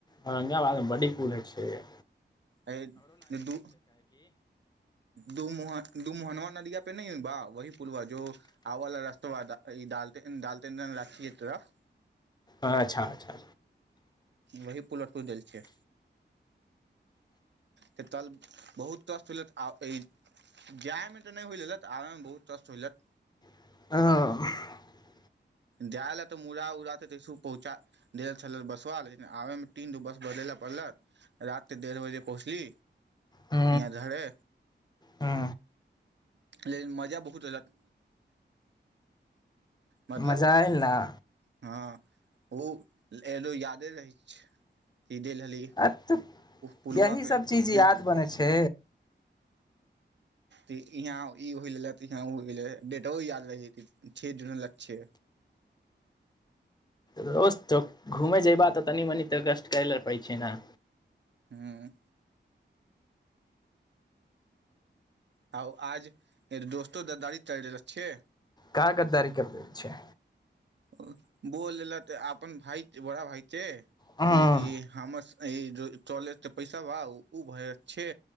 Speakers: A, on the left; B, on the right.
A: औरंगाबादमे बडी फूल छैय।
B: एत दू दू मोहर दू मोहनुआ नदिया पे नय ह बा वही पूलवा जो आव र तो ईाल डालटेन त लाठीय तरफ
A: अच्छा अच्छा
B: वही पुलवा टूट गेल छै त तल बहुत कष्ट होयलत आ ई जा्यायमे तऽ नहि होय लेलत आबयमे बहुत कष्ट होयलत
A: हँ
B: जाल तऽ मुड़ उरा तस पहुँचा बसबा लेकिन आबे मे तीन दो बस बदले ल पड़लत रााते डेढ़ बजे पहुँचली
A: ह
B: यहाँ धरे
A: ह
B: लेकिन मजा बहुत लेलक मतलब
A: मजा आयल न
B: हँ ओ एलो यादे रहै छै ई देल रहली
A: अ तऽ
B: पुलवा
A: यहीसभ
B: पे
A: चीज
B: हँ
A: याद बनै छै
B: यहाँ ई हो गेलक इहाँ ओ हो गेल डेटो याद रह छे जून होला छै
A: रोज टोक घूमे जयबा तऽ तनी मनी तऽ कष्ट करै लए परै छै न
B: हुँ हउ आज दोस्तो ददारी करेला छै
A: का गद्दी केल केय छै
B: अ बोल लेल तऽ अपन अपन भाइ बड़ा भाइ के
A: हँ
B: ती इ हमस ई चले त पैसा बा ओ भय छै